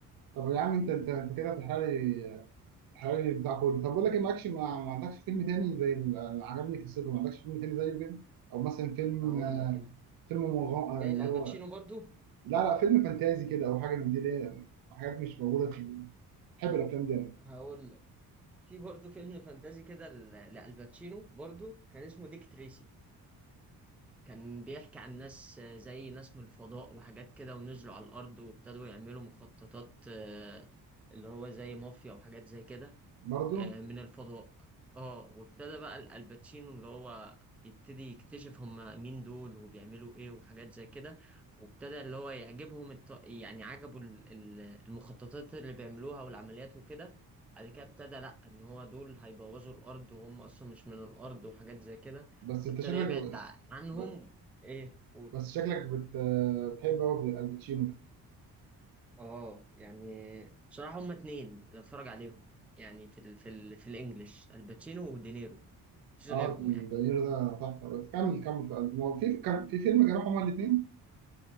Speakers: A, on the right; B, in the centre.
A: طب يا عم انت انت انت كده بتحرقلي بتحرقلي بتاع كله طب بقول لك ايه معكش ما, ما عندكش فيلم تاني زي ال- اللي عجبني قصته ما عندكش فيلم تاني زيه كده او مثلا فيلم
B: هقول
A: آه،
B: لك انت
A: فيلم مغام... آه،
B: جاي
A: اللي
B: لالباتشينو
A: هو
B: برضو
A: لا لا فيلم فانتازي كده او حاجه من دي ليه حاجات مش موجوده في بحب الافلام دي انا
B: هقول لك في برضو فيلم فانتازي كده ل- لالباتشينو برضو كان اسمه ديك تريسي كان بيحكي عن ناس آه، زي ناس من الفضاء وحاجات كده ونزلوا على الأرض وابتدوا يعملوا مخططات آه، اللي هو زي مافيا وحاجات زي كده
A: برضه
B: آه، من الفضاء اه وابتدى بقى الالباتشينو اللي هو يبتدي يكتشف هم مين دول وبيعملوا ايه وحاجات زي كده وابتدى اللي هو يعجبهم الط... يعني عجبوا ال- ال- المخططات اللي بيعملوها والعمليات وكده بعد كده ابتدى لا ان هو دول هيبوظوا الارض وهم اصلا مش من الارض وحاجات زي كده
A: بس
B: فابتدى
A: انت شكلك
B: يبعد ع- عنهم
A: ب-
B: ايه قول
A: بس شكلك بت... بتحب قوي الباتشينو
B: اه يعني بصراحة هما اتنين اللي اتفرج عليهم يعني في ال... في ال... في الانجليش الباتشينو ودينيرو مفيش غيرهم
A: اه
B: يعني
A: دانيرو ده تحفه بس كمل كمل ما هو في كان في فيلم كانوا هما الاثنين